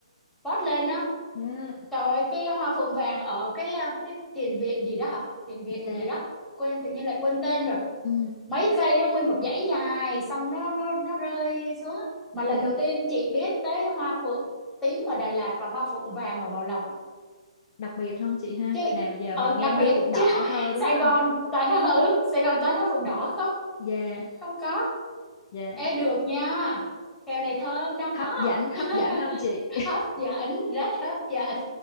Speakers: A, in the centre; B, on the left (about 40°).
A: post lên á
B: Dạ.
A: trời ơi cái hoa phượng vàng ở cái à, cái thiền viện gì đó hả thiền viện
B: Dạ.
A: gì đó quên tự nhiên lại quên tên rồi
B: Ừ.
A: mấy cây á, nguyên một dãy dài xong nó nó nó rơi xuống á. mà lần
B: Dạ.
A: đầu tiên chị biết tới hoa phượng tím ở Đà Lạt và hoa phượng vàng ở Bảo Lộc á.
B: Đặc biệt không chị ha?
A: chứ
B: Nào giờ
A: ờ
B: mình nghe
A: đặc
B: hoa
A: biệt
B: phượng đỏ
A: chứ <laughs>
B: thôi đúng
A: Sài
B: không?
A: Gòn toàn là ừ Sài Gòn toàn là phượng đỏ không
B: Dạ.
A: không có
B: Dạ.
A: ê được nha kèo này thơm đó
B: Hấp dẫn, hấp
A: <laughs>
B: dẫn không chị?
A: hấp dẫn rất hấp dẫn